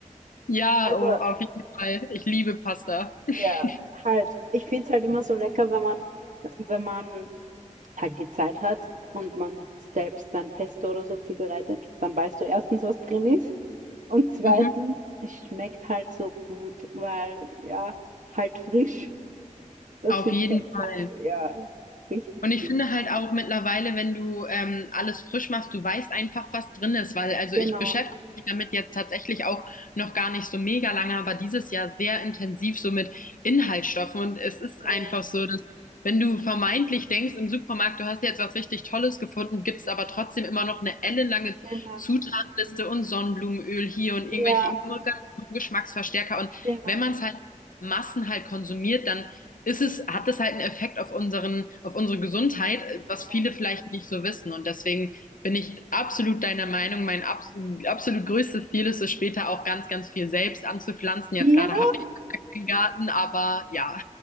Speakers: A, on the left; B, on the right.
A: ja,
B: Also,
A: oh, auf jeden Fall. Ich liebe Pasta.
B: ja,
A: <laughs>
B: halt, ich finde es halt immer so lecker, wenn man, wenn man halt die Zeit hat und man selbst sein Pesto oder so zubereitet, dann weißt du erstens, was drin ist. Und zweitens,
A: Mhm.
B: es schmeckt halt so gut, weil ja, halt frisch. Das
A: Auf
B: finde
A: jeden
B: ich halt
A: Fall.
B: so, ja, richtig
A: Und ich
B: gut.
A: finde halt auch mittlerweile, wenn du ähm, alles frisch machst, du weißt einfach, was drin ist, weil also
B: Genau.
A: ich beschäftige mich damit jetzt tatsächlich auch noch gar nicht so mega lange, aber dieses Jahr sehr intensiv so mit Inhaltsstoffen und es ist
B: Ja,
A: einfach so, dass wenn du vermeintlich denkst im Supermarkt, du hast jetzt was richtig Tolles gefunden, gibt es aber trotzdem immer noch eine ellenlange
B: genau.
A: Zutatenliste und Sonnenblumenöl hier und irgendwelche
B: Ja,
A: Emulgatoren, Geschmacksverstärker und
B: genau.
A: wenn man es halt Massen halt konsumiert, dann ist es, hat das halt einen Effekt auf unseren, auf unsere Gesundheit, äh, was viele
B: Ja.
A: vielleicht nicht so wissen. Und deswegen bin ich absolut deiner Meinung. Mein abs absolut größtes Ziel ist es später auch ganz, ganz viel selbst anzupflanzen. Jetzt
B: Ja.
A: gerade habe ich keinen Garten, aber ja.